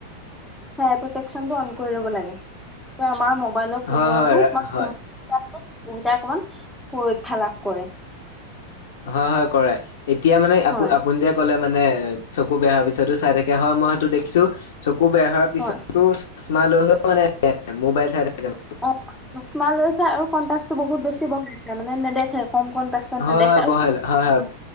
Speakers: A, in the centre; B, on the left.
A: <inaudible> সেয়া প্ৰটেকচন টো অন কৰি ল'ব লাগে, আমাৰ মোবাইলৰ
B: হয়,
A: পোহৰটো
B: হয়,
A: <unintelligible>
B: হয়, হয়।
A: অকমান সুৰক্ষা লাভ কৰে।
B: হয়, হয়, কৰে। এতিয়া মানে আপ
A: হয়
B: আপুনি যে ক'লে মানে চকু বেয়া হোৱাৰ পিছতো চাই থা <unintelligible> হয়, মই সেইটো দেখিছো, চকু বেয়া হোৱাৰ পিছতো
A: হয়
B: চচমা লৈ হ'লেও মানে মোবাইল চাই থাকে। মানে।
A: অ, চচমা লৈও চাই আৰু কণ্টাচটো বহুত বেছি বহাই দিয়ে, মানে নেদেখে কম-কম পাছত
B: হয়
A: নেদেখে
B: হয়
A: আৰু
B: বহাই লয় হয় হয়